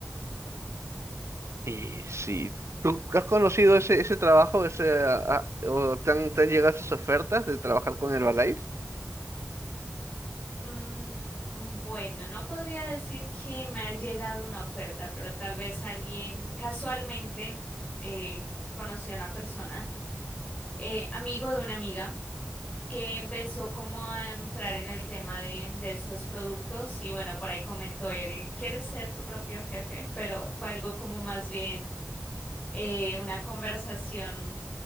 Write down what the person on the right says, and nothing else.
Y si tú has conocido ese, ese trabajo, ese, a- a- o te han, te han llegado esas ofertas de trabajar con Herbalife.